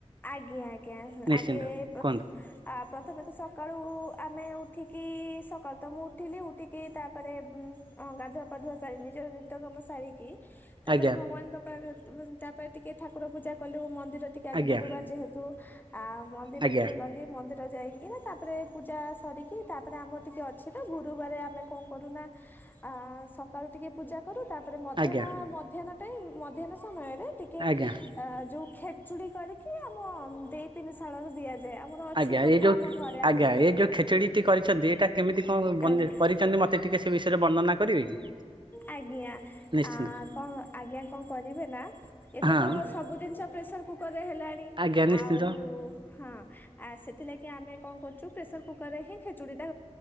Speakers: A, on the left; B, on the right.
A: ଆଜ୍ଞା ଆଜ୍ଞା
B: ନିଶ୍ଚିନ୍ତ
A: ଆଗେ ପ୍ରଥ
B: କୁହନ୍ତୁ।
A: ଆ ପ୍ରଥମେ ତ ସକାଳୁ ଆମେ ଉଠିକି ସକାଳୁ ତ ମୁଁ ଉଠିଲି ଉଠିକି ତାପରେ ହଁ ଗାଧୁଆ ପାଧୁଆ ଶାରିଲି ନିଜର ନିତ୍ୟକମ ଶାଢୀ କି ତାପରେ
B: ଆଜ୍ଞା
A: ଭଗବାନଙ୍କ ପା ତାପରେ ଟିକେ ଠାକୁର ପୂଜା କଲୁ ମନ୍ଦିର ଟିକେ ଗୁରୁବାର
B: ଆଜ୍ଞା
A: ଯେହେତୁ ଆ ମନ୍ଦିର
B: ଆଜ୍ଞା
A: ଟିକେ ଗଲି ମନ୍ଦିର ଯାଇକି ନା ତାପରେ ପୂଜା ସରିକି ତାପରେ ଆମର ଟିକେ ଅଛି ତ ଗୁରୁବାର ଆମେ କଣ କରୁନା ଆ ସକାଳୁ ଟିକେ ପୂଜା କରୁ ତାପରେ ମଧ୍ୟାହ୍ନ
B: ଆଜ୍ଞା
A: ମଧ୍ୟାହ୍ନ ଟାଇ ମଧ୍ୟାହ୍ନ ସମୟରେ ଟିକେ
B: ଆଜ୍ଞା
A: ଆ ଯୋଉ ଖେଚୁଡି କରିକି ଆମ ଦେଇ ପିନିଶାଳରେ ଦିଆଯାଏ ଆମ ଅଛି
B: ଆଜ୍ଞା
A: ପ୍ରଥା
B: ଏ ଯୋଉ
A: ଘରେ ଆଗରୁ
B: ଆଜ୍ଞା ଏ ଯୋଉ ଖେଚେଡି ଟି କରିଛନ୍ତି ଏଇଟା କେମିତି କଣ ବନି
A: ଆଜ୍ଞା
B: କରିଛନ୍ତି ମତେ ମତେ ଟିକେ ସେ ବିଷୟରେ ବର୍ଣ୍ଣନା କରିବେ କି
A: ଆଜ୍ଞା
B: ନିଶ୍ଚିନ୍ତ
A: ଆ କଣ ଆଜ୍ଞା କଣ କରିବେ ନା ଏବେ
B: ହଁ
A: ତ ସବୁ ଜିନିଷ ପ୍ରେସର କୁକର ରେ ହେଲାଣି
B: ଆଜ୍ଞା ନିଶ୍ଚିନ୍ତ।
A: ଆଉ ହଁ ଆ ସେଥିଲାଗି ଆମେ କଣ କରୁଛୁ ପ୍ରେସର କୁକର ରେ ହିଁ ଖେଚୁଡ଼ିଟା